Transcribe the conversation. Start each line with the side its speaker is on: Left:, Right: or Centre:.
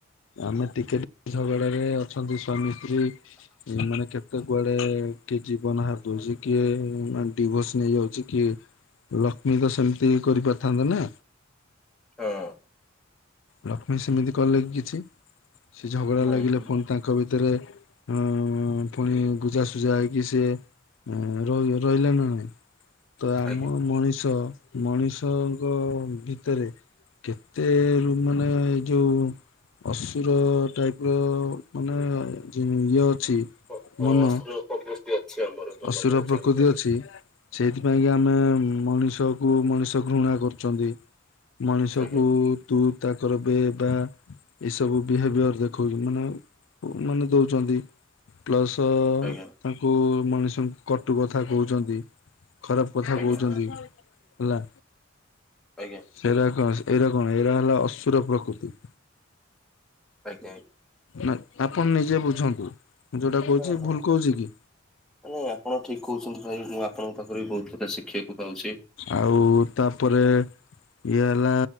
Left: ଆମେ ଟିକେ ଟିକେ ଝଗଡ଼ାରେ ଅଛନ୍ତି ସ୍ୱାମୀ ସ୍ତ୍ରୀ ଏ ମାନେ କେତେ କୁଆଡେ କିଏ ଜୀବନ ହାରି ଦଉଛି, କିଏ ମାନେ ଡିଭୋର୍ସ ନେଇଯାଉଛି, କିଏ ଲକ୍ଷ୍ମୀତ ସେମିତି କରିପାରିଥାନ୍ତ ନା?
Centre: ହଁ।
Left: ଲକ୍ଷ୍ମୀ ସେମିତି କଲେ କିଛି ସେ ଝଗଡା
Centre: ନାଇଁ
Left: ଲାଗିଲେ
Centre: ନାଇଁ
Left: ପୁଣି ତା ଙ୍କ ଭିତରେ ଅଁ ପୁଣି ବୁଝାସୁଝା ହେଇକି ସେ ଏଁ ରହି ରହିଲା ନା ନାଇଁ? ତ ଆମ
Centre: ଆଜ୍ଞା
Left: ମଣିଷ ମଣିଷଙ୍କ ଭିତରେ କେତେ ରୁ ମାନେ ଏଇ ଯୋଉ ଅସୁର ଟାଇପର ମାନେ ଯିଏ ଇଏ ଅଛି।
Centre: ହଁ
Left: ମନ
Centre: ଅସୁର। <unintelligible> ମନ
Left: ଅସୁର
Centre: ମଣିଷ
Left: ପ୍ରକୃତି
Centre: ଭିତରେ
Left: ଅଛି। ସେଇଥିପାଇଁ କି ଆମେ ମଣିଷ କୁ ମଣିଷ ଘୃଣା କରୁଛନ୍ତି। ମଣିଷକୁ
Centre: ଆଜ୍ଞା
Left: ତୁ ତା କର ବେ ବା। ଏସବୁ ବିହେଭିୟର ଦେଖଉଛନ୍ତି ମାନେ ଉଁ ମାନେ ଦଉଛନ୍ତି। ପ୍ଲସ
Centre: ଆଜ୍ଞା
Left: ତାଙ୍କୁ ମଣିଷଙ୍କୁ କଟୁ କଥା କହୁଛନ୍ତି। ଖରାପ କଥା
Centre: ଆଜ୍ଞା
Left: କହୁଛନ୍ତି ହେଲା।
Centre: ଆଜ୍ଞା।
Left: ସେରା କଣ ଏରା କଣ ଏରା ହେଲା ଅସୁର ପ୍ରକୃତି।
Centre: ଆଜ୍ଞା ଆ
Left: ନା ଆପଣ ନିଜେ ବୁଝନ୍ତୁ। ମୁଁ ଯୋଉଟା କହୁଛି
Centre: ହଁ ହଁ
Left: ଭୁଲ କହୁଛି କି?
Centre: ନାଇଁ ଆପଣ ଠିକ କହୁଛନ୍ତି। ଭାଇ ମୁଁ ଆପଣଙ୍କ ପାଖରୁ ବି ବହୁତ ପ୍ରକାର ଶିଖିବାକୁ ପାଉଛି।
Left: ଆଉ ତାପରେ ଇଏ ହେଲା